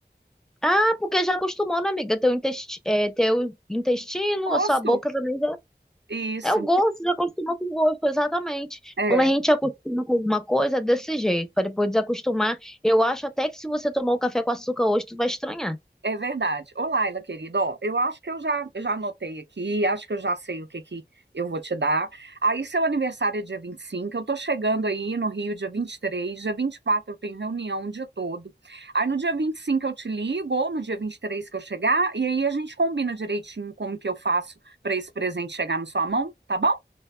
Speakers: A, in the centre; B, on the right.
A: Ah, porque já acostumou, né, amiga? Teu intestino, é, teu intestino,
B: Gosto
A: a sua boca também já.
B: Isso,
A: É o gosto, já acostumou com o gosto, exatamente.
B: é,
A: Quando a gente acostuma com alguma coisa, é desse jeito. Para depois desacostumar, eu acho até que se você tomar o café com açúcar hoje, tu vai estranhar.
B: é verdade. Ô, Laila, querida, ó, eu acho que eu já, já anotei aqui, acho que eu já sei o que que eu vou te dar. Aí, seu aniversário é dia 25, eu tô chegando aí no Rio dia 23, dia 24 eu tenho reunião o dia todo. Aí, no dia 25 eu te ligo, ou no dia 23 que eu chegar, e aí a gente combina direitinho como que eu faço para esse presente chegar na sua mão, tá bom?